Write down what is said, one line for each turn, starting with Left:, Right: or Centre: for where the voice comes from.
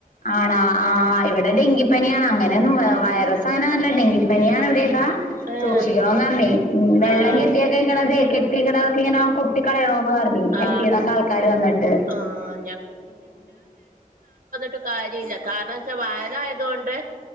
Left: ആണാ ആ് ഇവിടെ ഡെങ്കിപ്പനിയാണ് അങ്ങനെൊന്നും
Right: ആഹ്
Left: വൈറസ് അങ്ങനെ നല്ല ഡെങ്കിപ്പനിയാണ് ഇവിടെ
Right: ഏഹ്
Left: സൂക്ഷിക്കണംന്ന് പറഞ്ഞ വെള്ളം
Right: ആഹ്
Left: കെട്ടിയാ കഴിക്കണംതെെ ഇക്ക ഇങ്ങനെ കുട്ടികളയണോ ഹപ്
Right: ആഹ്
Left: ചെയ് ആൾക്കാര് വന്നിട്ട്
Right: ആഹ് ക്കജ ലഖാനാ സ ആ തൊണ്ട്